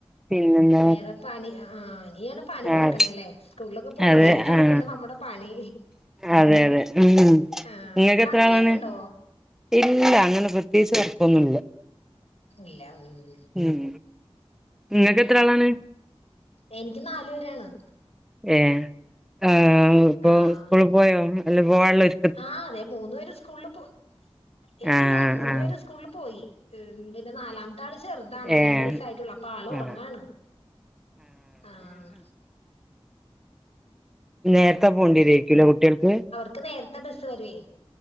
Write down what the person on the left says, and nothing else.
വേറെ പണി ആഹ് ഹാ ഇനിയാണ് പണി കെടക്ക്ണല്ലേ
സ്കൂളിലൊക്കെ പോയി
കഴിഞ്ഞിട്ടാണ്
പിന്നെ നമ്മുടെ പണി
ആഹ്
വർക്ക്
ചെയ്യുന്നുണ്ടോ
ഇല്ല ഉം
എനിക്ക് നാലു പേരാണ്
ആഹ്
ആഹ് അതെ മൂന്നു പേര് സ്കൂളിൽ പോ ഇല്ല്യല്ല
മൂന്നു
പേര് സ്കൂളിൽ പോയി ഉം പിന്നെ നാലാം ത്തെ ആൾ ചെറുതാണ്
രണ്ടു വയസായിട്ടുള്ളൂ ആള് ഒറങ്ങാണ്
ആഹ്
ക്ക് നേരത്തെ ബസ് വരുവേ